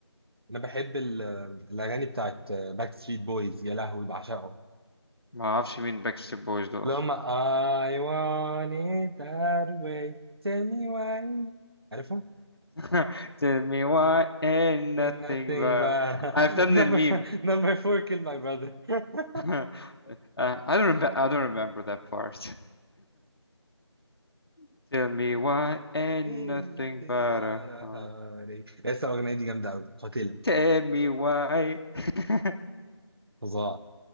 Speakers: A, on the right (about 60°); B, on the left (about 55°).
A: انا بحب ال- الاغاني بتاعت باك ستريت بويز يا لهوي بعشقهم
B: ما اعرفش مين باك ستريت بويز دول
A: اللي
B: اصلا
A: هم I want it that way tell me why عارفهم؟
B: <laughs> tell me why ain't nothing
A: Ain't nothing
B: but
A: but
B: عرفتها من
A: <laughs> number
B: الميم
A: four, number four killed my brother <laughs>
B: <laughs> Uh, I don't remember I don't remember that part <laughs> tell me why ain't
A: Ain't
B: nothing
A: nothing
B: but
A: but
B: a
A: a
B: heart
A: heartache لسه الأغنية دي جامدة أوي قاتلة
B: tell me why <laughs>
A: فظاع